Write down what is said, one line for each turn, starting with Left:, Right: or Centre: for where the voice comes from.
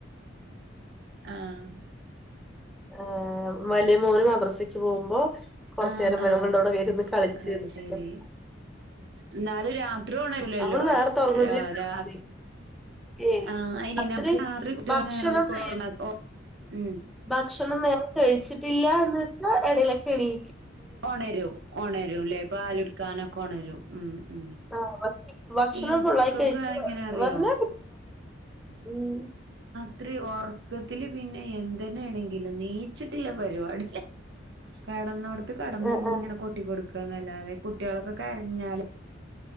Right: ആഹ്.
Centre: ആ... വലിയ മോന് മദ്രസെക്ക് പോവുമ്പോ കൊറച്ചു
Right: ആഹ്
Centre: നേരം വര്മ്പണ്ട്
Right: ആഹ്
Centre: അഉടെ ഇരുന്ന് കളിച്ച്.
Right: അത് ശരി
Centre: <unintelligible>
Right: എന്നാലും രാത്രി ഒണരൂലല്ലോ
Centre: നമ്മള് നേരത്ത ഉറങ്ങും ചെയ്യു
Right: രാ
Centre: ഏ
Right: ആഹ് അയിന്
Centre: രാത്രി
Right: നമുക്ക് കുട്ടികള്
Centre: ഭക്ഷണം
Right: നേരം വെളുക്കുവോ
Centre: നേ
Right: ഒറങ്ങാത്തോ ഉം
Centre: ഭക്ഷണം നേരെ കഴിച്ചിട്ടില്ല എന്ന് വെച്ചാൽ ഇടയിലൊക്കെ എണീ
Right: ഉണരും ഉണരുംല്ലേ പാാല എടുക്കാനൊക്കെ ഉണരും ഉ ഉ
Centre: ആഹ് ഭക്ഷ ഭക്ഷണം
Right: എനിക്കൊക്കെ
Centre: ഫുള്ളായി കഴിച്ച്
Right: എങ്ങനെ അറിയോ
Centre: പറഞ്ഞാ ഉം
Right: ഇത്രരി ഉറക്കത്തില് പിന്നെ എന്തെന്നെയാണെങ്കിലും നീച്ചിട്ടില്ല പരിപാടി കടന്നടത്ത് കടന്നിങ്ങനെ
Centre: ആഹ്
Right: കൊൊട്ടി കൊടുക്കുകന്നല്ലാതെ കുട്ടികളൊക്കെ കരഞ്ഞാല്